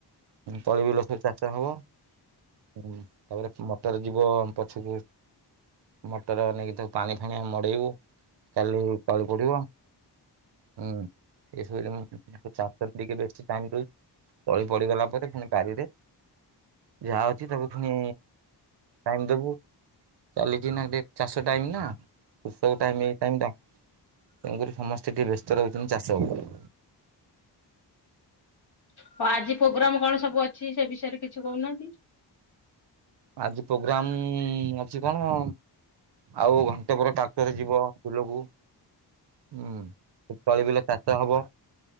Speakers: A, on the right (about 65°); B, on the left (about 60°).
A: ତଳି ବିଲ ସବୁ ଚଞ୍ଚା ହବ। ହୁଁ, ତାପରେ ମଟର ଯିବ ପଛକୁ ମଟର ନେଇକି ତାକୁ ପାଣି ଫାଣି ଆମେ ମଡେଇବୁ କାଲି। ପାଳୁ ପଡିବ ହୁଁ ଏସବୁ ଜିନ ଚାଷ ଟିକେ ବେଶୀ ଟାଇମ ରହୁଛି, ତଳି ପଡିଗଲା ପରେ ପୁଣି ବାରିରେ। ଯାହା ଅଛି ତାକୁ ପୁଣି, ଟାଇମ ଦବୁ ଚାଲିଛି ନା, ଚାଷ ଟାଇମ ନା, କୃଷକ ଟାଇ ଏଇ ଟାଇମ ଟା ତେଣୁକରି, ସମସ୍ତେ ଟିକେ ବ୍ୟସ୍ତ ରହୁଛନ୍ତି, ଚାଷରେ
B: ହଉ ଆଜି ପ୍ରୋଗ୍ରାମ କଣ ସବୁ ଅଛି, ସେ ବିଷୟରେ କିଛି କହୁନାହାନ୍ତି?
A: ଆଜି ପ୍ରୋଗ୍ରାମ ଅଛି କଣ, ଆଉ ଘଣ୍ଟା ଟିକେ ପରେ ଟ୍ରାକଟର ଯିବ ବୁଲକୁ ହୁଁ, ତଳି ବିଲ ଚାଷ ହବ।